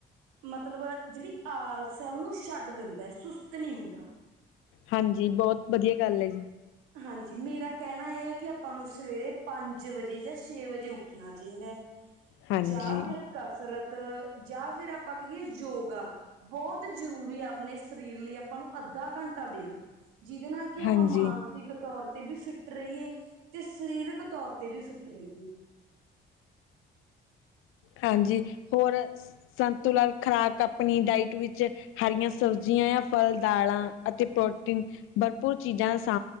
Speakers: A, on the right; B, on the left.
A: ਮਤਲਬ ਜੇੜੀ ਆਲਸ ਐ ਉਨੂੰ ਛੱਡ ਦਿੰਦੈ ਸੁਸਤ ਨੀ ਹੁੰਦਾ।
B: ਹਾਂਜੀ, ਬਹੁਤ ਵਧੀਆ ਗੱਲ ਏ।
A: ਹਾਂਜੀ, ਮੇਰਾ ਕੈਣਾ ਏ ਹੈ ਕਿ ਆਪਾਂ ਨੂੰ ਸਵੇਰੇ ਪੰਜ ਪੰਜ ਵਜੇ ਯਾਂ ਛੇ ਵਜੇ ਉੱਠਣਾ ਚਾਈਦੈ
B: ਹਾਂਜੀ
A: ਜਾਂ ਫੇਰ ਕਸਰਤ ਜਾਂ ਫਿਰ ਆਪਾਂ ਕਹੀਏ ਯੋਗਾ ਬਹੁਤ ਜ਼ਰੂਰੀ ਆ ਆਪਣੇ ਸਰੀਰ ਲਈ ਆਪਾਂ ਨੂੰ ਅੱਧਾ ਘੰਟਾ ਦੇਨੈ ਜਿਦੇ ਨਾਲ ਕਿ ਆਪਾਂ
B: ਹਾਂਜੀ
A: ਮਾਨ ਮਾਨਸਿਕ ਤੌਰ ਤੇ ਵੀ ਫਿੱਟ ਰਈਏ ਤੇ ਸਰੀਰਕ ਤੌਰ ਤੇ ਵੀ ਫਿੱਟ ਰਈਏ।
B: ਹਾਂਜੀ ਹੋਰ, ਸੰਤੁਲਨ ਖਰਾਕ ਅਪਨੀ ਡਾਇਟ ਵਿੱਚ ਹਰੀਆਂ ਸਬਜ਼ੀਆਂ ਯਾਂ ਫਲ -ਦਾਲਾਂ ਅਤੇ ਪ੍ਰੋਟੀਨ ਭਰਪੂਰ ਚੀਜ਼ਾਂ ਦਾ ਸਾ